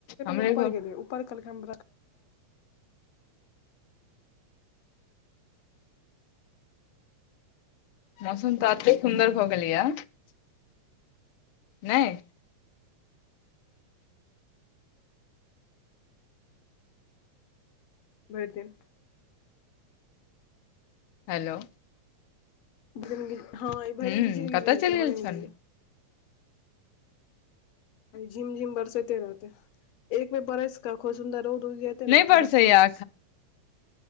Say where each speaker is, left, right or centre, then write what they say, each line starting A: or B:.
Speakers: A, on the left (about 80°); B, on the left (about 70°).
A: हमरे
B: ऊपर
A: घर
B: गेले उपर कहलक हम।
A: मौसम तऽ एते सुन्दर भऽ गेलैया नहि।
B: भरि दिन।
A: हेलो।
B: दिन ह ई भरि
A: हूँ
B: दिन घिचिड़ घिचर
A: कतय
B: रहेतै
A: चलि गेल
B: हमराैए।
A: छल
B: झिम जिम बरसते रहतै एक बे बड़ैस क खो सुन्दर रौद रोज ते
A: नहि
B: ने
A: बरसैया
B: मस्त हो जाइ छै।